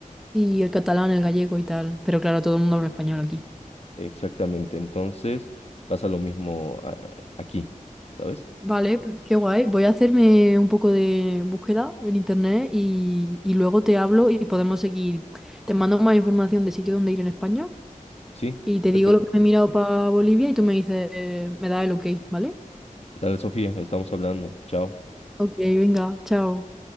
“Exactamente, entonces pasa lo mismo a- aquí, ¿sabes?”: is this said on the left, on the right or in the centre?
Left